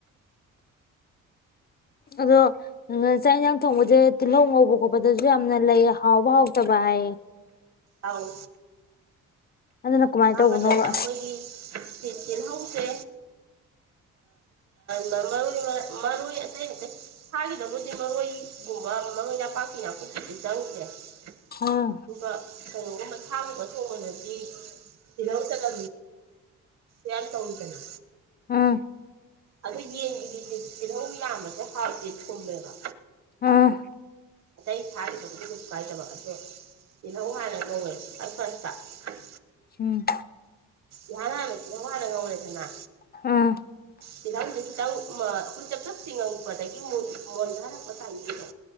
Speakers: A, on the left (about 30°); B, on the right (about 60°).
A: ꯑꯗꯣ ꯆꯥꯛ ꯌꯦꯟꯁꯥꯡ ꯊꯣꯡꯕꯁꯦ ꯇꯤꯜꯍꯧ ꯉꯧꯕ ꯈꯣꯠꯄꯗꯁꯨ ꯌꯥꯝꯅ ꯂꯩ ꯍꯥꯎꯕ ꯍꯥꯎꯇꯕ ꯍꯥꯏꯌꯦ
B: ꯑꯥꯎ
A: ꯑꯗꯨꯅ ꯀꯃꯥꯏꯅ ꯇꯧꯕꯅꯣꯕ
B: ꯑꯕꯗꯜ ꯑꯩꯈꯣꯏꯒꯤ ꯇꯤꯜꯍꯧꯗꯦ ꯃꯔ ꯃꯔꯣꯏ ꯑꯇꯩ ꯑꯇꯩ ꯁꯥꯒꯤꯗꯕꯨꯗꯤ ꯃꯔꯣꯏꯒꯨꯝꯕ ꯃꯔꯣꯏ ꯄꯥꯛꯀꯤ ꯅꯥꯀꯨꯞꯁꯤꯗꯤ ꯆꯪꯗ꯭ꯔꯦ ꯑꯗꯨꯒ
A: ꯑꯥ
B: ꯀꯩꯅꯣꯒꯨꯝꯕ ꯁꯥꯒꯨꯝꯕ ꯊꯣꯡꯕꯗꯗꯤ ꯏꯅ ꯆꯂ ꯌꯥꯟ ꯇꯧꯇꯦꯅ
A: ꯑꯝ
B: ꯑꯗꯨꯗ ꯌꯦꯟꯒꯤ ꯇꯤꯜꯍꯧ ꯌꯥꯝꯕꯁꯦ ꯍꯥꯎꯇꯦ ꯊꯨꯝꯃꯦꯕ
A: ꯑꯥ
B: ꯑꯇꯩ ꯁꯥꯥꯒꯤꯗꯕꯨꯗꯤ ꯀꯩꯁꯨ ꯀꯥꯏꯗꯕ ꯑꯗꯣ ꯇꯤꯜꯍꯧ ꯍꯥꯟꯅ ꯉꯧꯋꯦ ꯐ ꯐꯁꯇꯧ
A: ꯎꯝ
B: ꯏꯍꯥꯟ ꯍꯥꯟꯅ ꯇꯤꯜꯍꯧ ꯍꯥꯟꯅ ꯉꯧꯔꯦꯗꯅ
A: ꯑꯥ
B: ꯇꯤꯜꯍꯧꯗꯨ ꯈꯤꯇꯪ ꯑꯩꯈꯣꯏ ꯆꯞ ꯆꯞ ꯆꯤꯉꯛꯄꯗꯒꯤ ꯃꯣꯟꯊꯍꯜꯂꯛꯄ ꯆꯥꯏꯅꯤꯡꯗꯣ